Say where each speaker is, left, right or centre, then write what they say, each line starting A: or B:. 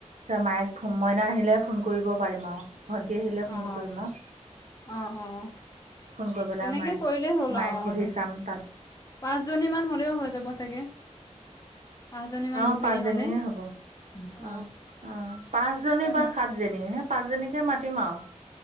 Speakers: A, on the right (about 70°); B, on the left (about 25°).
A: তই মায়েক মইনা আহিলে ফোন কৰিব পাৰিম আৰু। ভন্টি আহিলে ফোন
B: অঁ
A: কৰিম আৰু
B: অঁ অঁ
A: ফোন কৰি পেলাই
B: তেনেকে
A: মায়েক
B: কৰিলে হ'ল
A: মায়েক
B: আৰু
A: সুধি
B: ন
A: চাম তাত
B: পাঁচজনী মান হলেও হৈ যাব চাগে। পাঁচজনী মান
A: অঁ
B: গোপিনী
A: পাঁচজনীৰে
B: হ'লে
A: হব।
B: অ',
A: অঁ অঁ পাঁচজনী
B: তেনেকে
A: বা সাতজনী হে পাঁচজনী মাতিম আৰু